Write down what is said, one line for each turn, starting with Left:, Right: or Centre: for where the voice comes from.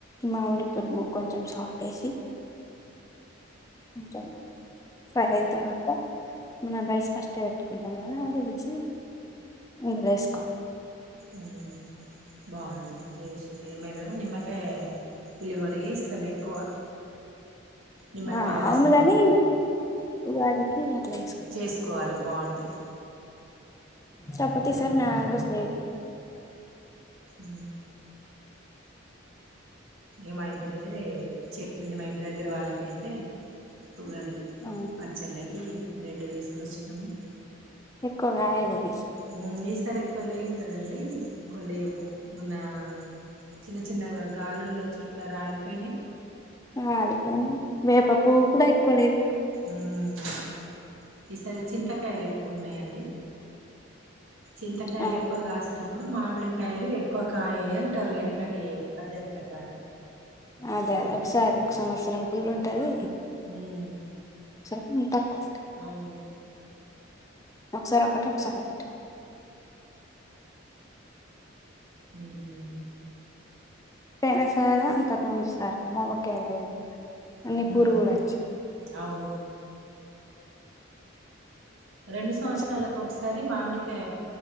Left: మామిడి తురుము కొంచెం సాల్ట్ ఏసి కొంచం ఫ్రై అయిన తర్వాత మనం రైస్ ఫస్టే పెట్టుకుం ము <inaudible> ఇంగ రైస్ కో
Right: హు బాగుంటది టేస్ట్ మేమేమో నిమ్మకాయ పులిహోర ఏస్తాము ఎక్కువ నిమ్మకాయ
Left: ఆ అవును
Right: రసం
Left: కాని ఉగాదికి అట్లా
Right: చేసుకోవాలి బాగుంటది
Left: తప్పతు ఈ సారి మ్యాంగోస్ లేవు
Right: ఉ ఇగ మా ఇంటి దగ్గరే చెట్టుంది మా ఇంటి దగ్గర వాళ్ళకైతే ఉగాది
Left: ఆ,
Right: పచ్చళ్ళకి రెండు తీసుకొచ్చినామ్
Left: ఎక్కువగాయలది
Right: ఉ ఈసారి ఎక్కువ లేవు కదండి కొలేవు మొన్నా చిన్న చిన్నగా గాలుల్లొచ్చు ఇట్లా రాలిపోయినాయ్
Left: ఆ అదిపైన వేప పువ్వు కూడా ఎక్కువ లేదు
Right: ఉమ్ ఈసారి చింతకాయలు ఎక్కువ ఉన్నాయండి చింతకాయలు
Left: ఆ,
Right: ఎక్కువగాస్ నప్పుడు మామిడికాయలు ఎక్కువ కాయే అంటారు ఎనకటి పద్ధతి ప్రకారం
Left: అదే అదే ఒకసారి ఒక సంవత్సరం ఫుల్ ఉంటది
Right: హ్మ్
Left: ఉమ్ తక్కు
Right: అవును
Left: ఒకసారి ఒకటి ఒకసారి ఒకటి
Right: హ్మ్
Left: పెహసారా అంతకుముందు సారి మామిడికాయల్లేవు అన్ని
Right: ఉమ్
Left: పురుగులు వచ్చాయి
Right: అవును రెండు సంవత్సరాలకు
Left: ఒకసారి
Right: ఒకసారి అది మామిడికాయ